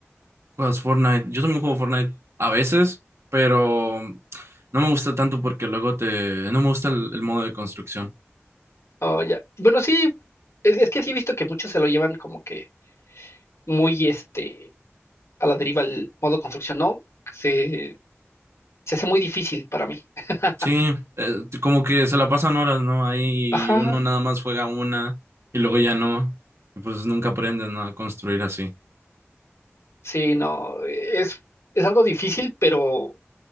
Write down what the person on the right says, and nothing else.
juegas Fortnite, yo también juego Fortnite a veces, pero no me gusta tanto porque luego te, no me gusta el el modo de construcción.
Sí, eh, como que se la pasan horas, ¿no? Ahí
uno nada más juega una y luego ya no. Y pues nunca aprenden a construir así.